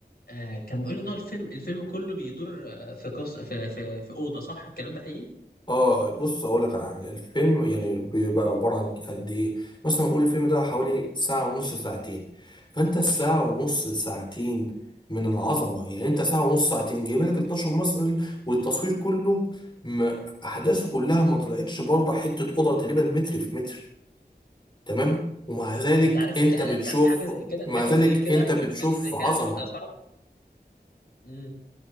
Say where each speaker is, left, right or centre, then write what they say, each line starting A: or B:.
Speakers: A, on the left; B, on the left.
A: آه كان بيقول ان هو الفيلم الفيلم كله بيدور آه، في قص في في, في اوضه صح الكلام ده حقيقي
B: اه بص اقول لك على حاجه الفيلم يعني بيبقى عباره عن قد ايه مثلا نقول الفيلم ده حوالي ساعه ونص ساعتين فانت الساعه ونص ساعتين من العظمه يعني انت ساعه ونص ساعتين جايب لك 12 ممثل والتصوير كله ما احداثه كلها ما طلعتش بره حته اوضه تقريبا متر في متر تمام ومع
A: واو.
B: ذلك
A: انت عارف
B: انت
A: انت أنت
B: بتشوف
A: عارف حاجه زي كده
B: مع
A: حاجه
B: ذلك
A: زي كده
B: انت بتشوف
A: حاجه زي كده
B: عظمه
A: هتبقى صعبه امم